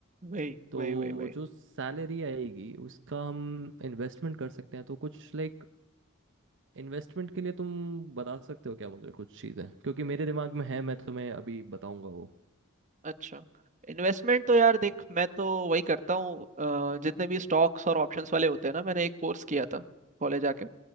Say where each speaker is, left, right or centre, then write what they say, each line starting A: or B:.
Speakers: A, on the right; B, on the right.
A: वही
B: तो
A: वही वही वही
B: जो सैलरी आएगी उसका हम इन्वेस्टमेंट कर सकते हैं तो कुछ लाइक इन्वेस्टमेंट के लिए तुम बता सकते हो क्या मुझे कुछ चीज़ें क्योंकि मेरे दिमाग में है मैं तुम्हें अभी बताऊंगा वो
A: अच्छा इन्वेस्टमेंट तो यार देख मैं तो वही करता हूँ अ, जितने भी स्टॉक्स और ऑप्शंस वाले होते हैं ना मैंने एक कोर्स किया था कॉलेज आके